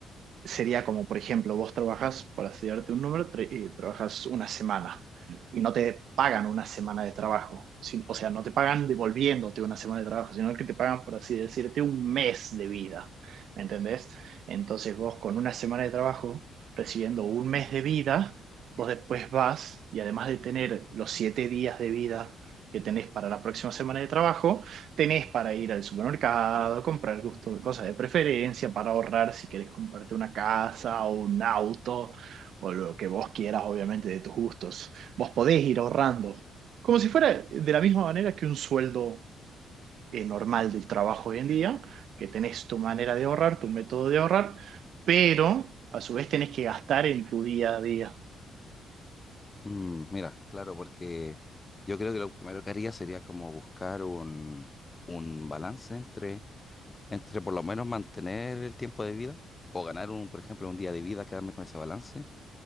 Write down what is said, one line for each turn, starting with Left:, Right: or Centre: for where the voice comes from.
Right: sería como, por ejemplo, vos trabajas, para estudiarte un número, tra- eh, trabajas una semana y no te pagan una semana de trabajo. sin- o sea, no te pagan devolviéndote una semana de trabajo, sino que te pagan, por así decirte, un mes de vida. ¿Entendés? Entonces vos con una semana de trabajo, recibiendo un mes de vida, vos después vas y además de tener los siete días de vida que tenés para la próxima semana de trabajo, tenés para ir al supermercado, comprar gusto, cosas de preferencia, para ahorrar si querés comprarte una casa o un auto o lo que vos quieras, obviamente, de tus gustos. Vos podés ir ahorrando, como si fuera de la misma manera que un sueldo eh, normal del trabajo hoy en día, que tenés tu manera de ahorrar, tu método de ahorrar, pero a su vez tenés que gastar en tu día a día.
Left: Mm, mira, claro, porque yo creo que lo primero que haría sería como buscar un, un balance entre, entre por lo menos mantener el tiempo de vida o ganar un, por ejemplo, un día de vida, quedarme con ese balance